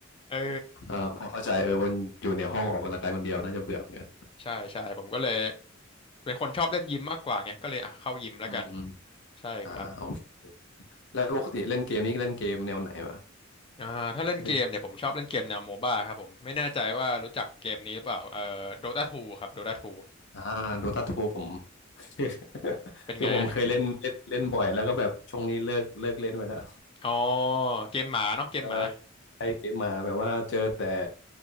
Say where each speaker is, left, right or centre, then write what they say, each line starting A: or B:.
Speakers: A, on the left (about 25°); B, on the left (about 60°).
A: <laughs> เออ
B: เออพอเข้าใจเออวันอยู่ในห้องออกกำลังกายคนเดียวน่าจะเบื่อเหมือนกัน
A: ใช่ใช่ผมก็เลยเป็นคนชอบเล่นยิมมากกว่าไงก็เลยอ่ะเข้ายิมแล้วกัน
B: อืมอืม
A: ใช่ครับ
B: อ่าโอเคแล้วปกติเล่นเกมนี้เล่นเกมแนวไหนวะ
A: อ่าถ้าเล่นเกมเนี่ยผมชอบเล่นเกมแนวโมบ้าครับผมไม่แน่ใจว่ารู้จักเกมนี้หรือเปล่าเอ่อโดตาทูครับโดตาทู
B: ที่เล่นอ่าโดตาทูผม <laughs>
A: เป็นไงอะ
B: คือผมเคยเล่นเล่นเล่นบ่อยแล้วก็แบบช่วงนี้เลิกเลิกเล่นไปแล้ว
A: อ๋อเกมหมาเนาะเกมหมา
B: เออไอเกมมาแบบว่าเจอแต่